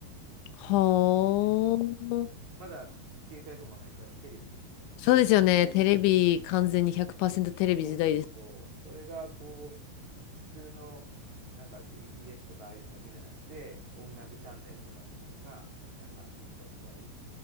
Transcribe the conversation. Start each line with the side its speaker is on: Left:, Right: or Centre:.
Left: ほー。
Right: うん。まだ携帯とかないからテレビで見るんだけどね。
Left: そうですよね。テレビ、
Right: うん。
Left: 完全に100%テレビ時代です。
Right: そうそうそう。それがこう、普通のなんか TBS とかああいうのだけじゃなくて、音楽チャンネルとかっていうのが、なんかできた時代、